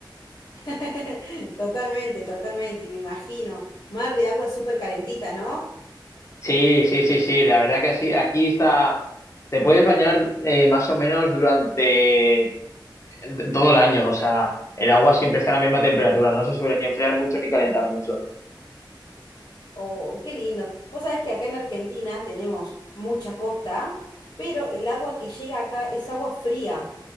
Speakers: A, on the left; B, on the left.
A: <laughs> Totalmente, totalmente, me imagino. Mar de aguas súper calentitas, ¿no?
B: Sí, sí, sí, sí, la verdad que así, aquí está, te puedes bañar eh, más o menos durante todo el año, o sea, el agua siempre está a la misma temperatura, no se suele ni enfriar mucho ni calentar mucho.
A: ¡Oh, qué lindo! Vos sabés que acá en Argentina tenemos mucha costa, pero el agua que llega acá es agua fría.